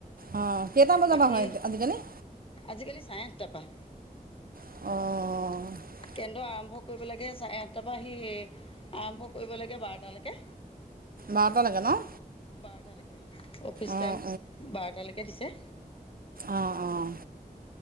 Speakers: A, on the right; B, on the left.
A: অ', কেইটা বজাৰ
B: বাকী
A: পৰা হয় আজিকালি।
B: আজিকালি চাৰে আঠটা পৰা।
A: অ'অ'।
B: কেন্তে আৰম্ভ কৰিব লাগে, চাৰে আঠটাৰ পৰা আহি আৰম্ভ কৰিব লাগে বাৰটালৈকে।
A: বাৰটালৈকে ন!
B: বাৰটালৈকে, অফিচ
A: অঁ
B: টাইম বাৰটালৈকে দিছে।
A: অ', অ'।